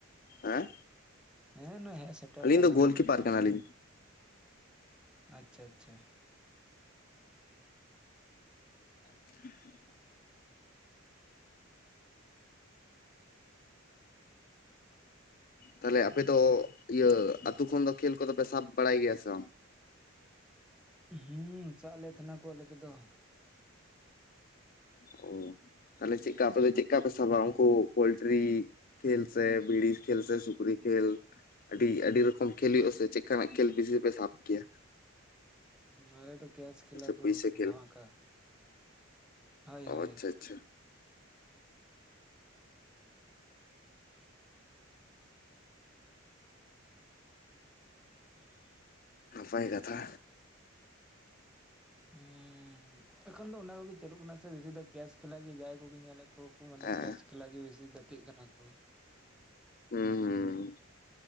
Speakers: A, on the left; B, in the centre.
A: ᱦᱮᱸ
B: ᱦᱮᱸ ᱱᱚᱜᱼᱚᱭ ᱦᱮᱡ ᱥᱮᱴᱮᱨ
A: ᱟᱹᱞᱤᱧ
B: ᱠᱟᱱᱟ
A: ᱫᱚ ᱜᱳᱞᱠᱤᱯᱟᱨ ᱠᱟᱱᱟᱞᱤᱧ
B: ᱟᱪᱪᱷᱟ ᱟᱪᱪᱷᱟ
A: <inaudible> <unintelligible> ᱛᱟᱦᱞᱮ ᱟᱯᱮ ᱫᱚ ᱤᱭᱟᱹ ᱟᱛᱳ ᱠᱷᱚᱱ ᱫᱚ ᱠᱷᱹᱮᱞ ᱠᱚᱫᱚ ᱯᱮ ᱥᱟᱵ ᱵᱟᱲᱟᱭ ᱜᱮᱭᱟ ᱥᱮ ᱵᱟᱝ?
B: ᱦᱩᱸ ᱥᱟᱵ ᱞᱮ ᱛᱟᱦᱮᱱᱟ ᱠᱚ ᱫᱚ <unintelligible>
A: ᱚ ᱛᱟᱦᱞᱮ ᱪᱮᱫᱠᱟ ᱟᱯᱮ ᱫᱚ ᱪᱮᱫᱮ ᱯᱮ ᱥᱟᱵᱟ ᱩᱱᱠᱩ ᱯᱳᱞᱴᱨᱤ ᱠᱷᱮᱞ ᱵᱤᱲ ᱠᱷᱮᱞ ᱥᱩᱠᱨᱤ ᱠᱷᱮᱞ ᱟᱹᱰᱤ ᱟᱹᱰᱤ ᱨᱚᱠᱚᱢ ᱠᱷᱮᱞ ᱦᱩᱭᱩᱜ-ᱟ ᱥᱮ ᱪᱮᱫᱠᱟᱱᱟᱜ ᱠᱷᱮᱞ ᱵᱮᱥᱤ ᱯᱮ ᱥᱟᱵ ᱠᱮᱭᱟ
B: ᱟᱞᱮ ᱫᱚ ᱠᱮᱥ ᱠᱷᱞᱟ
A: ᱥᱮ
B: ᱠᱚ
A: ᱯᱩᱭᱥᱟᱹ ᱠᱷᱮᱞ
B: ᱫᱷᱟᱢᱟᱠᱟ ᱦᱳᱭ
A: ᱚ
B: ᱦᱳᱭ
A: ᱟᱪᱪᱷᱟ ᱟᱪᱪᱷᱟ
B: ᱦᱮᱸ <inaudible>
A: ᱱᱟᱯᱟᱭ ᱠᱟᱛᱷᱟ
B: ᱦᱮᱸ ᱮᱠᱷᱚᱱ ᱫᱚ ᱚᱱᱟ ᱠᱚᱜᱮ ᱪᱟᱞᱩᱜ ᱠᱟᱱᱟ ᱥᱮ ᱵᱮᱥᱤ ᱫᱚ ᱠᱮᱥ ᱮᱠᱞᱟ ᱜᱮ ᱡᱟᱦᱟᱸᱟᱭ ᱠᱚᱜᱮ ᱧᱮᱞᱮᱫ ᱠᱚᱣᱟ ᱠᱚ ᱢᱟᱱᱮ
A: ᱦᱮᱸ
B: ᱠᱮᱥᱠᱮᱞᱟ ᱜᱮ ᱵᱮᱥᱤ ᱜᱟᱛᱮᱜ ᱠᱟᱱᱟ ᱠᱚ᱾
A: ᱦᱮᱸ ᱦᱩᱸ